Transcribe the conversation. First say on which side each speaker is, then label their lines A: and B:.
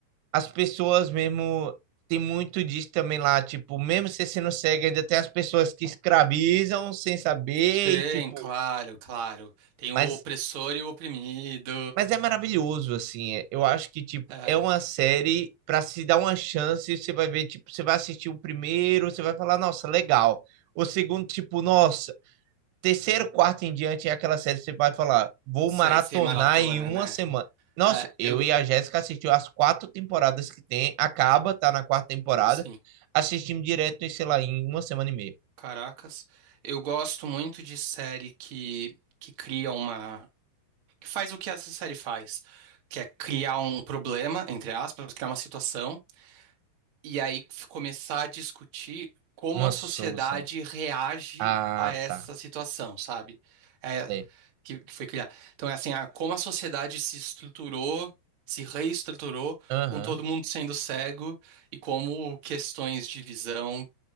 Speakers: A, on the right; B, on the right.
A: as pessoas mesmo. Tem muito disso também lá, tipo, mesmo você sendo cego, ainda tem as pessoas que escravizam sem saber
B: Sim,
A: e, tipo.
B: claro, claro. Tem o
A: Mas,
B: opressor e o oprimido.
A: mas é maravilhoso, assim. é- Eu acho que, tipo,
B: É,
A: é uma série pra se dar uma chance. Você vai ver, tipo, você vai assistir o primeiro, você vai falar, nossa, legal. O segundo, tipo, nossa, terceiro, quarto em diante é aquela série que você vai falar, vou
B: sei,
A: maratonar
B: sei, maratona,
A: em uma
B: né?
A: semana. Nossa,
B: É, eu,
A: eu
B: go-
A: e a Jéssica assistiu as quatro temporadas que tem, acaba, tá na quarta temporada,
B: sim,
A: assistimos direto, em, sei lá, em uma semana e meia.
B: caracas. Eu gosto muito de série que, que cria uma que faz o que essa série faz, que é criar um problema, entre aspas, criar uma situação, e aí f- começar a discutir como
A: Uma
B: a sociedade
A: solução.
B: reage
A: Ah,
B: a essa
A: tá.
B: situação, sabe? É,
A: Sei.
B: que, que foi criar. Então é assim, a- como a sociedade se estruturou, se reestruturou,
A: Aham.
B: com todo mundo sendo cego, e como questões de visão